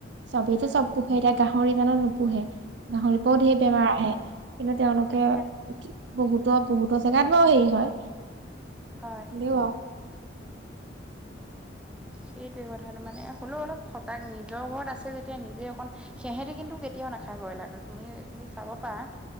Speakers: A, on the right; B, in the centre.
A: চবেইতটো
B: উম,
A: চব পোহে এতিয়া গাহৰি জান নোপোহে। গাহৰিৰ পৰাও
B: উম,
A: ঢেৰ বেমাৰ আহে কিন্তু তেওঁলোকে
B: আহে আহে
A: বহুত বহুতৰ জেগাত হয় হেৰি হয়।
B: হয়।
A: হ'লেও আৰু
B: সেইটোৱে কথাটো মানে। হ'লেও অলপ সজাগ নিজৰ ঘৰত আছে যেতিয়া নিজে অকণ সেহেঁতে কিন্তু কেতিয়াও নাখায় ব্ৰইলাৰটো। তুমি তুমি চাব পাৰা।